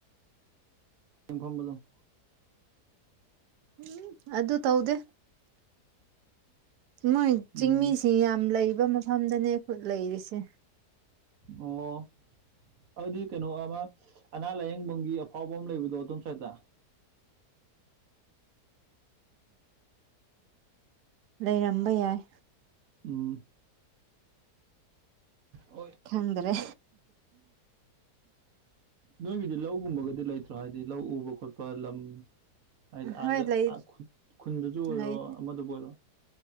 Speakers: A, on the right; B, on the right.
A: ꯌꯦꯡꯐꯝꯕꯗꯣ
B: ꯎꯝ ꯑꯗꯨ ꯇꯧꯗꯦ ꯃꯣꯏ ꯆꯤꯡꯃꯤꯁꯤ
A: ꯎꯝ
B: ꯁꯤ ꯌꯥꯝ ꯂꯩꯕ ꯃꯐꯝꯗꯅꯦ ꯈꯨꯠ ꯂꯩꯔꯤꯁꯦ
A: ꯑꯣ ꯑꯗꯨꯗꯤ ꯀꯩꯅꯣ ꯑꯃ ꯑꯅꯥ ꯂꯥꯏꯌꯦꯡꯐꯝꯒꯤ ꯑꯐꯥꯎꯕ ꯑꯃ ꯂꯩꯕꯗꯣ ꯑꯗꯣꯝ ꯁ꯭ꯏꯠꯇ
B: ꯂꯩꯔꯝꯕ ꯌꯥꯏ
A: ꯎꯝ ꯍꯣꯏ
B: ꯈꯪꯗ꯭ꯔꯦ
A: ꯅꯣꯏꯒꯤꯗꯤ ꯂꯧꯒꯨꯝꯕꯒꯗꯤ ꯂꯩꯇ꯭ꯔꯣ ꯍꯥꯏꯗꯤ ꯂꯧ ꯎꯕ ꯈꯣꯠꯄ ꯂꯝ ꯍꯥꯏꯗꯤ
B: ꯍꯣꯏ
A: ꯑꯥꯗ
B: ꯂꯩ
A: ꯈꯨꯟꯗꯁꯨ ꯑꯣꯏꯔꯣ
B: ꯂꯩ
A: ꯑꯃꯗꯕꯨ ꯑꯣꯏꯔꯣ